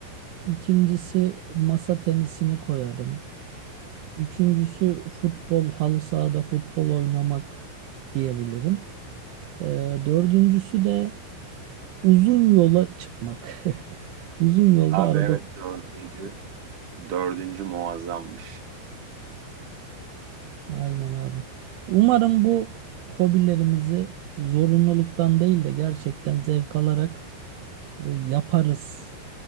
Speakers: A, on the right (about 75°); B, on the right (about 45°).
A: İkincisi masa tenisini koyarım. Üçüncüsü futbol, halı sahada futbol oynamak diyebilirim. Ee, dördüncüsü de uzun yola çıkmak. <laughs> Uzun yolda
B: Abi
A: araba.
B: evet dördüncü. Dördüncü muazzammış.
A: Aynen abi. Umarım bu hobilerimizi zorunluluktan değil de gerçekten zevk alarak e, yaparız